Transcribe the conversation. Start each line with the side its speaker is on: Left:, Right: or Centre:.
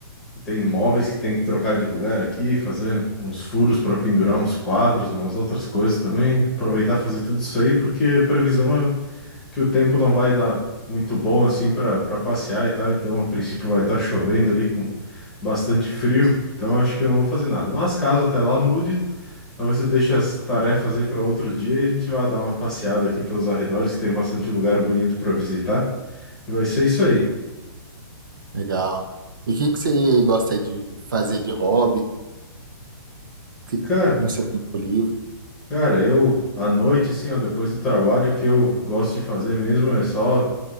Centre: tem móveis que tem que trocar de lugar aqui, fazer uns furos para pendurar uns quadros, umas outras coisas também. Aproveitar e fazer tudo isso aí porque a previsão é que o tempo não vai dar muito bom assim para para passear e tal, então a princípio vai estar chovendo ali com bastante frio, então acho que eu não vou fazer nada. Mas caso até lá mude, talvez eu deixe as tarefas aí para outro dia e a gente vá dar uma passeada aqui pelos arredores, que tem bastante lugar bonito para visitar. E vai ser isso aí.
Right: Legal. E o que que você gosta aí de fazer de hobby que-
Centre: Cara,
Right: no seu tempo livre?
Centre: cara, eu à noite assim, ó, depois do trabalho, o que eu gosto de fazer mesmo é só